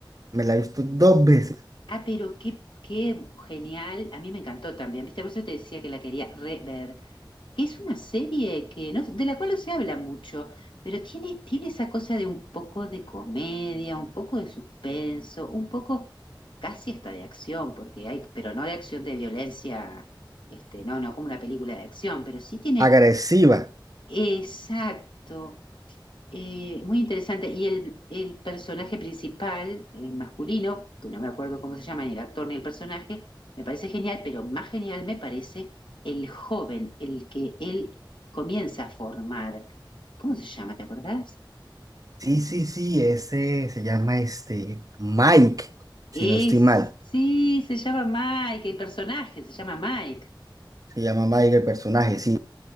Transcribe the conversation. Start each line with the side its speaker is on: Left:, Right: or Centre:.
Right: Me la he visto dos veces.
Left: Ah, pero qué, qué genial, a mí me encantó también, ¿viste? Por eso te decía que la quería rever. que es una serie que no, de la cual no se habla mucho, pero tiene, tiene esa cosa de un poco de comedia, un poco de suspenso, un poco casi hasta de acción, porque hay, pero no de acción de violencia, este, no, no como una película de acción, pero sí tiene,
Right: Agresiva.
Left: exacto, eh, muy interesante. Y el, el personaje principal, el masculino, que no me acuerdo cómo se llama, ni el actor ni el personaje, me parece genial, pero más genial me parece el joven, el que él comienza a formar. ¿Cómo se llama? ¿Te acordás?
Right: Sí, sí, sí, ese se llama este Mike, si
Left: Es,
Right: no estoy mal.
Left: sí, se llama Mike, el personaje se llama Mike.
Right: Se llama Mike el personaje, sí.